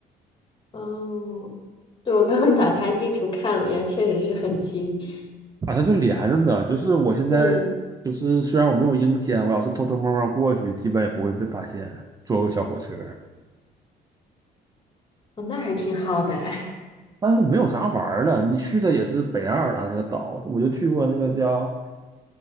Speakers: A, on the left; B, on the right.
A: 哦，对，我刚刚打开地图看了一下，确实是很近。<laughs>
B: 啊，它就连着的。就是我现在
A: 对，
B: 就是虽然我没有英签，我要是偷偷摸摸过去，基本也不会被发现，坐个小火车。
A: 哦，那还挺好的。<laughs>
B: 但是没有啥玩儿的，你去的也是北爱尔兰那个岛，我就去过那个叫。